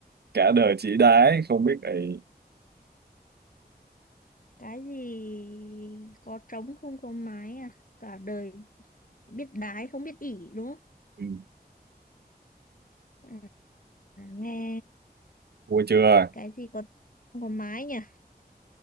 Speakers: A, on the right (about 75°); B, on the left (about 55°).
A: cả đời chỉ đái không biết ị
B: cái gì có trống không có mái à cả đời biết đái không biết ỉ đúng không
A: ừ,
B: à, nghe
A: thua chưa
B: cái gì có không có mái nhỉ